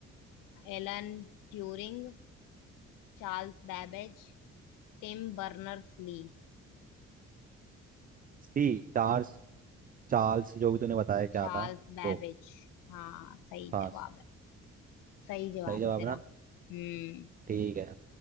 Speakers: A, on the left; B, on the right.
A: Alan Turing Charles Babbage Tim Berners Lee
B: सी चार चार्ल्स जो भी तूने बताया क्या
A: Charles
B: था
A: Babbage
B: वो
A: हाँ सही
B: था
A: जवाब है सही जवाब
B: सही जवाब
A: है तेरा
B: ना
A: हम्म
B: ठीक है